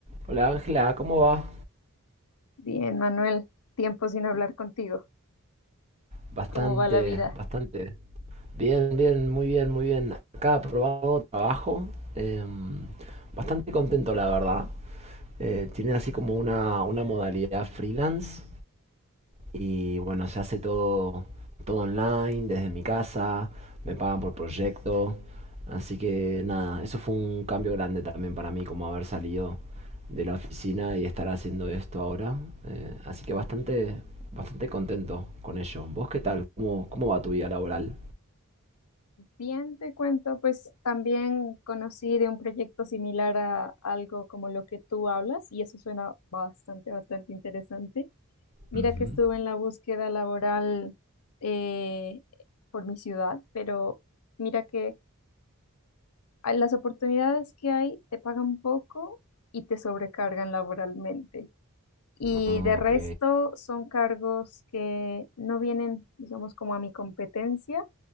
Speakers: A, on the right (about 30°); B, on the left (about 85°).
A: Hola Ángela, ¿cómo va?
B: Bien, Manuel, tiempo sin hablar contigo.
A: Bastante,
B: ¿Cómo va la vida?
A: bastante. Bien, bien, muy bien, muy bien. Acá probando trabajo. em, bastante contento, la verdad. Eh, tiene así como una, una modalidad freelance. Y bueno, se hace todo, todo online, desde mi casa, me pagan por proyecto. Así que nada, eso fue un cambio grande también para mí, como haber salido de la oficina y estar haciendo esto ahora. Eh, así que bastante, bastante contento con ello. ¿Vos qué tal? ¿Cómo, cómo va tu vida laboral?
B: Bien, te cuento, pues también conocí de un proyecto similar a algo como lo que tú hablas y eso suena bastante, bastante interesante. Mira
A: Ujú.
B: que estuve en la búsqueda laboral eh, por mi ciudad, pero mira que a- las oportunidades que hay te pagan poco y te sobrecargan laboralmente. Y
A: Ah,
B: de resto
A: ok.
B: son cargos que no vienen, digamos, como a mi competencia,